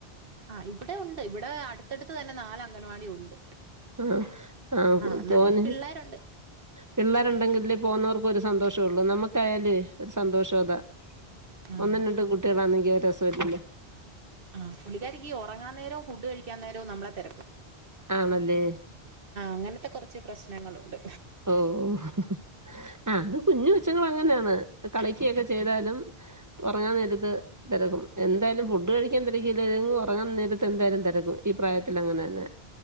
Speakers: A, on the right (about 60°); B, on the right (about 15°).
A: ആ ഇവിടെ ഉണ്ട് ഇവിടെ അടുത്തടുത്ത് തന്നെ നാല് അംഗൻവാടി ഉണ്ട്
B: ആ ആ
A: എന്നാലും
B: തോന്നെ
A: പിള്ളേരുണ്ട്
B: പിള്ളാ ര്ണ്ടെങ്കില് പോകുന്നവർക്ക് ഒരു സന്തോഷംള്ളൂ നമുക്കായാലേ ഒരു സന്തോഷ അതാ
A: ഉം
B: ഒന്നും രണ്ടും കുട്ടികളാന്നെങ്കി ഒര് രസവും ഇല്ലല്ലോ
A: ആ പുള്ളിക്കാരിക്ക് ഈ ഒറങ്ങാൻ നേരവും ഫുഡ് കഴിക്കാൻ നേരവും നമ്മളെ തെരക്കും
B: ആണല്ലേ
A: അങ്ങനത്തെ കുറച്ച് പ്രശ്നങ്ങളുണ്ട്
B: ഓ ഓ ഹ് ഹ് ആ അത് കുഞ്ഞ് കൊച്ചുങ്ങളങ്ങനെയാണ് കളിക്കയൊക്കെ ചെയ്താലും ഒറങ്ങാൻ നേരത്ത് തെരകും എന്തായാലും ഫുഡ് കഴിക്കാൻ തെരക്കിയില്ലേലും ഒറങ്ങാൻ നേരത്തെന്തായാലും തെരക്കും ഈ പ്രായത്തിലങ്ങനെന്നെ